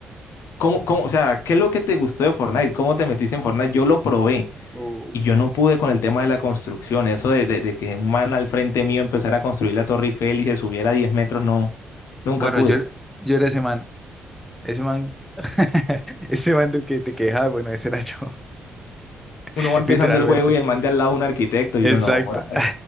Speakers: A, on the left (about 70°); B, in the centre.
A: ¿Cómo, cómo, o sea, qué es lo que te gustó de Fortnite? ¿Cómo te metiste en Fortnite? Yo lo probé
B: Oh.
A: y yo no pude con el tema de la construcción. Eso de, de- de que un man al frente mío empezara a construir la Torre Eiffel y se subiera a 10 metros, no, nunca
B: Bueno,
A: pude.
B: yo, yo era ese man. Ese man. <laughs> Ese man del que te quejas, bueno, ese era yo.
A: Uno
B: <laughs>
A: va empezando
B: Literalmente.
A: el juego y el man de al lado un arquitecto y
B: Exacto.
A: uno no. joda.
B: <laughs>